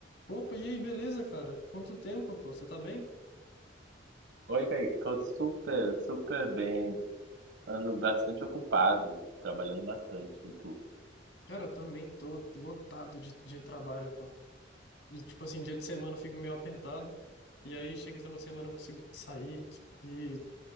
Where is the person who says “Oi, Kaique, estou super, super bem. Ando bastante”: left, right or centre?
Right